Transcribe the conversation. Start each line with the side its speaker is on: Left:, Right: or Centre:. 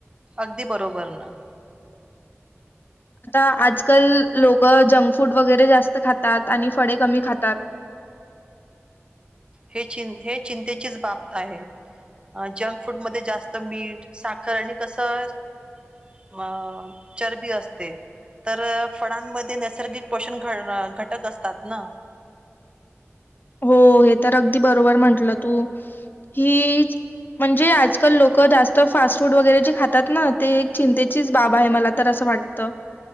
Right: अगदी बरोबर ना.
Left: आता आजकाल लोकं जंक फूड वगेरे जास्त खातात, आणि फडे कमी खातात.
Right: हे चिन हे चिंतेचीच बाब्त आहे. अं जंक फूड मध्ये जास्त मीठ साखर हे कसंच मं चरबी असते तर फडांमध्ये नैसर्गिक पषुण घणं घटक असतात ना?
Left: हो हे तर अगदी बरोबर म्हंटलं तू. हिच म्हणजे आजकाल लोकं जास्त फास्ट फूड वगरे जे खातात ना ते एक चिंतेचीच बाब आहे मला तर असं वाटतं